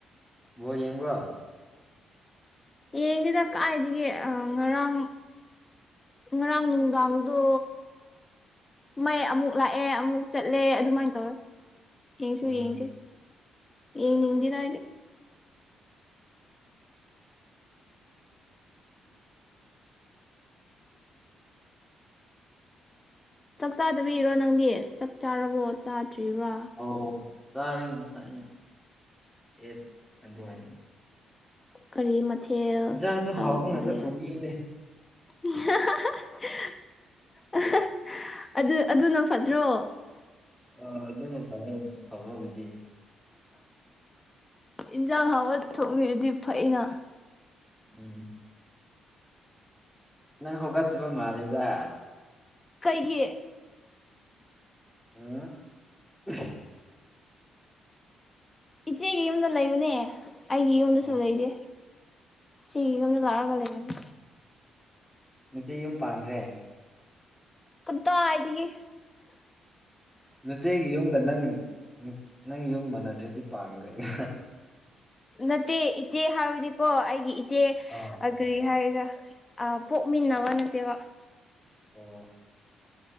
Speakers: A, in the centre; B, on the left.
A: ꯕꯣꯜ ꯌꯦꯡꯕ꯭ꯔꯣ
B: ꯌꯦꯡꯗꯦꯗ ꯀꯥꯏꯗꯥꯒꯤ ꯉꯔꯥꯡ ꯉꯔꯥꯡ ꯅꯨꯡꯗꯥꯡꯗꯣ ꯃꯩ ꯑꯃꯨꯛ ꯂꯥꯛꯑꯦ ꯑꯃꯨꯛ ꯆꯠꯂꯦ ꯑꯗꯨꯃꯥꯏꯅ ꯇꯧꯋꯦ ꯌꯦꯡꯁꯨ
A: ꯎꯝ
B: ꯌꯦꯡꯗꯦ ꯌꯦꯡ ꯅꯤꯡꯗꯦꯗ ꯑꯩꯗꯤ ꯆꯥꯛ ꯆꯥꯗꯕꯤꯔꯣ ꯅꯪꯗꯤ ꯆꯥꯛ ꯆꯥꯔꯕꯣ ꯆꯥꯗ꯭ꯔꯤꯕ꯭ꯔꯥ
A: ꯑꯣ ꯆꯥꯔꯤ ꯉꯁꯥꯏ ꯑꯩꯏꯠ ꯑꯗꯨꯋꯥꯏꯗꯅ
B: ꯀꯔꯤ ꯃꯊꯦꯜ
A: ꯏꯟꯖꯥꯡꯁꯨ
B: ꯇꯧꯔꯒꯦ
A: ꯍꯥꯎꯕ ꯉꯥꯛꯇ ꯊꯣꯡꯕꯤꯅꯦ
B: <unintelligible> ꯑꯗꯨ ꯑꯗꯨꯅ ꯐꯠꯇ꯭ꯔꯣ
A: ꯑ ꯑꯗꯨꯅꯦ ꯐ ꯐꯕꯕꯨꯗꯤ
B: ꯏꯟꯁꯥꯡ ꯍꯥꯎꯕ ꯊꯣꯡꯕꯤꯔꯗꯤ ꯐꯩꯅ
A: ꯎꯝ ꯅꯪ ꯍꯒꯠꯇꯥꯕ ꯃꯜꯅꯦꯗ
B: ꯀꯩꯒꯤ
A: ꯑ <unintelligible>
B: ꯏꯆꯦꯒꯤ ꯌꯨꯝꯗ ꯂꯩꯕꯅꯦ ꯑꯩꯒꯤ ꯌꯨꯝꯗꯁꯨ
A: ꯑꯣ
B: ꯂꯩꯇꯦ ꯏꯆꯦꯒꯤ ꯌꯨꯝꯗ ꯂꯛꯑꯒ ꯂꯩꯕꯅꯦ
A: ꯅꯆꯦ ꯌꯨꯝ ꯄꯥꯟꯈ꯭ꯔꯦ
B: ꯀꯗꯥꯏꯗꯒꯤ
A: ꯃꯆꯦꯒꯤ ꯌꯨꯝꯒ ꯅꯪ ꯅꯪ ꯌꯨꯝ ꯃꯥꯟꯅꯗ꯭ꯔꯗꯤ ꯄꯥꯝꯈ꯭ꯔꯦꯅꯦ
B: ꯅꯠꯇꯦ ꯏꯆꯦ ꯍꯥꯏꯕꯗꯤꯀꯣ ꯑꯩꯒꯤ ꯏꯆꯦ
A: ꯑꯥ
B: ꯑ ꯀꯔꯤ ꯍꯥꯏꯒꯦꯔ ꯄꯣꯛꯃꯤꯟꯅꯕ ꯅꯠꯇꯦꯕ
A: ꯑꯣ